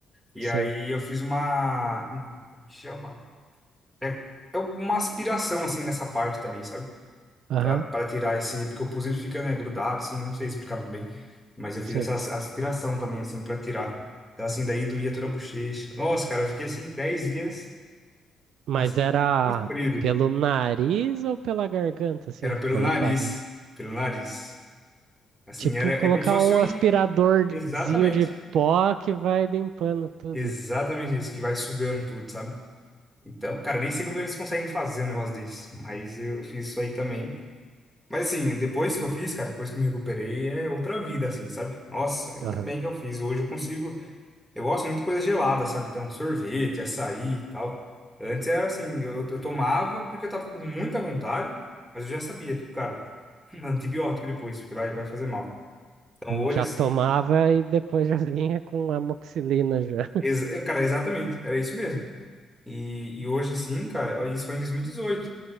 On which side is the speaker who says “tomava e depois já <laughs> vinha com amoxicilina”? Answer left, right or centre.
Right